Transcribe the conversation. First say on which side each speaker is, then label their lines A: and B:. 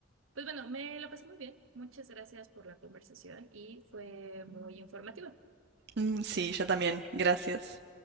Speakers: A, on the right; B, on the right.
A: pues bueno, me lo pasé muy bien. Muchas gracias por la conversación y fue muy informativa.
B: Mm, Sí, yo también. Gracias.